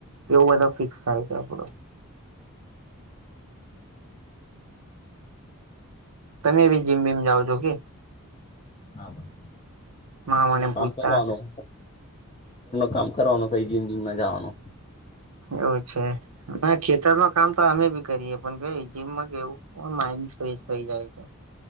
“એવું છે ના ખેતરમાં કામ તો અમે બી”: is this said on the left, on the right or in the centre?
Right